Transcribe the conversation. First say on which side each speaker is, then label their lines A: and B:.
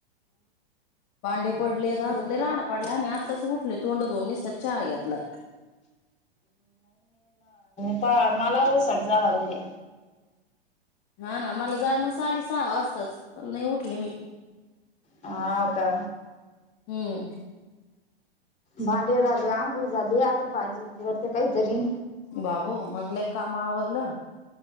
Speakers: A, on the left; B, on the left.
A: भांडी पडलेत
B: बर
A: अजून
B: बर
A: लय राडा पडलाय मी आत आत्ताच उठलोय तोंड धुऊन निसता चहा घेतलाय.
B: <inaudible> माला ओ साडेसहा वाजलेले.
A: हा ना मला जाग मग आली सहा वाजता पण नाय उठले मी
B: हा का
A: हूं
B: भांडे झाले आंघोळ झा हे आता भाजी <unintelligible> काय तरी
A: बाबू मंगलेय काम आवरलं.